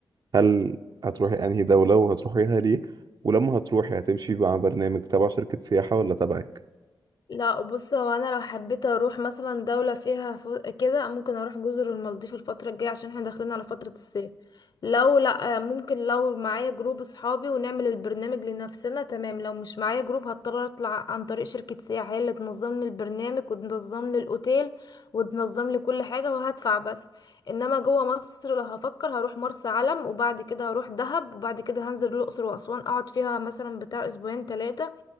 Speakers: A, on the right (about 50°); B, on the left (about 50°).
A: هل هتروحي انهي دوله وهتروحيها ليه ولما هتروحي هتمشي مع برنامج تبع شركه سياحه ولا تبعك
B: لا بص هو انا لو حبيت اروح مثلا دولة فيها فو... كده ممكن اروح جزر المالديف الفترة الجاية عشان احنا داخلين على فترة الصيف لو لا ممكن لو معايا جروب اصحابي ونعمل البرنامج لنفسنا تمام لو مش معايا جروب هضطر اطلع عن طريق شركة سياحة هي اللي تنظم لي البرنامج وتنظم لي الاوتيل وتنظم لي كل حاجة وهدفع بس انما جوه مصر لو هفكر هروح مرسى علم وبعد كده هروح دهب وبعد كده هنزل الاقصر واسوان اقعد فيها مثلا بتاع اسبوعين ثلاثة